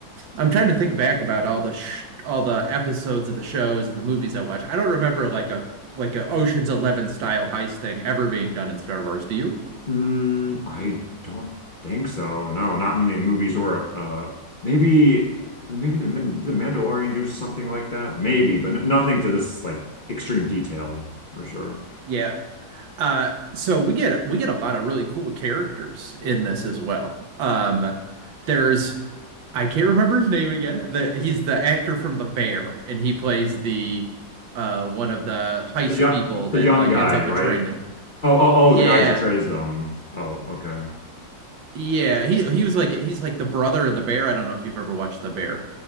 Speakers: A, on the right; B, on the left.
A: I'm trying to think back about all the sh all the episodes of the shows and the movies I watch. I don't remember like a like a Ocean's 11 style heist thing ever being done in Star Wars, do you?
B: Mm, I don't think so. No, not in the movies or uh, maybe maybe the Min- the Mandalorian do something like that. Maybe, but n nothing to this like extreme detail for sure.
A: Yeah. Uh, so we get we get a lot of really cool characters in this as well. Um, there's I can't remember his name again. The he's the actor from The Bear, and he plays the uh one of the heist
B: The young,
A: people
B: the
A: that
B: young
A: like
B: guy,
A: ends up
B: right?
A: betraying him.
B: Oh, oh, oh,
A: Yeah,
B: the guy who portrays them. Oh, okay.
A: yeah. He he was like he's like the brother in The Bear. I don't know if you've ever watched The Bear,